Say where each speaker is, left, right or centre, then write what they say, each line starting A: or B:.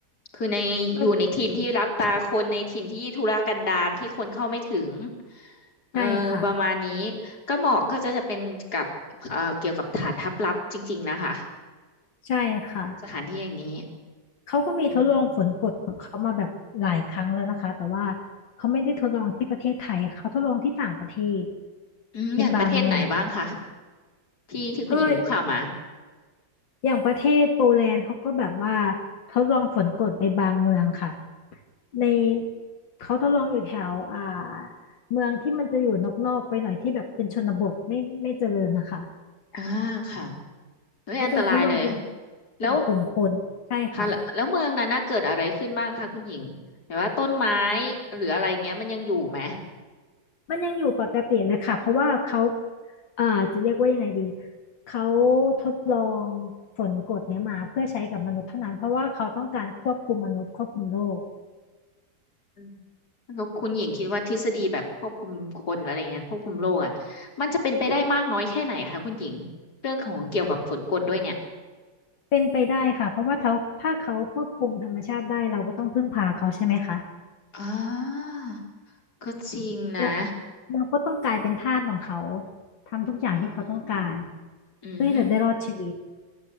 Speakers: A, on the left; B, on the left.
A: คือในอยู่ในถิ่นที่รับตาคนในถิ่นที่ธุรกันดารที่คนเข้าไม่ถึง
B: ก็
A: เออประมาณนี้
B: ใช่ค่ะ
A: ก็เหมาะก็จะจะเป็นกับเอ่อเกี่ยวกับฐานทัพลับจริงๆนะคะ
B: ใช่ค่ะ
A: สถานที่อย่างนี้
B: เขาก็มีทดลองฝนกรดของเขามาแบบหลายครั้งแล้วนะคะแต่ว่า
A: อืม
B: เขาไม่ได้ทดลองที่ประเทศไทยเขาทดลองที่ต่างประเทศ
A: อืมอย่างประเทศไหนบ้างคะ
B: เป็นบางเมือง
A: ที่ที่คุณหญิงรู้ข่าวมา
B: ก็อย่างประเทศโปแลนด์เขาก็แบบว่าทดลองฝนกรดไปบางเมืองค่ะในเขาทดลองอยู่แถวอ่าเมืองที่มันจะอยู่นอกๆไปหน่อยที่แบบเป็นชนบทไม่ไม่เจริญนะคะ
A: อ่าค่ะ เฮ้ยอันตรายเลย
B: เขาจะทดลองเป็น
A: แล้ว
B: กลุ่มกลุ่มคนใช่ค่ะ
A: ค่ะแล้วแล้วเมืองนั้นน่ะเกิดอะไรขึ้นบ้างคะคุณหญิงหมายว่าต้นไม้หรืออะไรเงี้ยมันยังอยู่ไหม
B: มันยังอยู่ปกติเลยค่ะเพราะว่าเขาอ่าจะเรียกว่ายังไงดีเขาทดลองฝนกรดเนี้ยมาเพื่อใช้กับมนุษย์เท่านั้นเพราะว่าเขาต้องการควบคุมมนุษย์ควบคุมโลก
A: อืมแล้วคุณหญิงคิดว่าทฤษฎีแบบควบคุมคนอะไรเงี้ยควบคุมโลกอ่ะมันจะเป็นไปได้มากน้อยแค่ไหนคะคุณหญิงเรื่องของเกี่ยวกับฝนกรดด้วยเนี่ย
B: เป็นไปได้ค่ะเพราะว่าเขาถ้าเขาควบคุมธรรมชาติได้เราก็ต้องพึ่งพาเขาใช่ไหมคะ
A: อ่าก็จริงนะ
B: แล้วเราก็ต้องกลายเป็นทาสของเขาทำทุกอย่างที่เขาต้องการ
A: อืมอืมอืมอืม
B: เพื่อที่จะได้รอดชีวิต